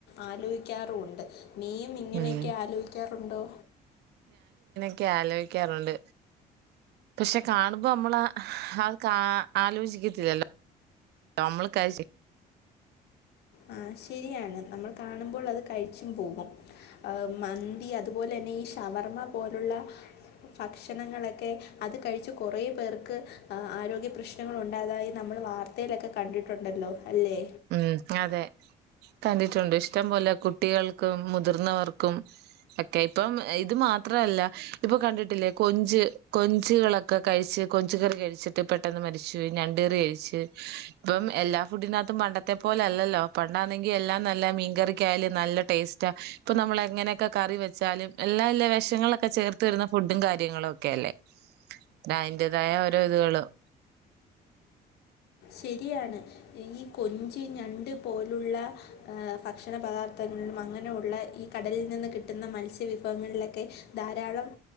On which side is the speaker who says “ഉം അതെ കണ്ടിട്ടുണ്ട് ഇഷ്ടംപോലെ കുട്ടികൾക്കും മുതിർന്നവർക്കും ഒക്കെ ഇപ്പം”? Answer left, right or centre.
Right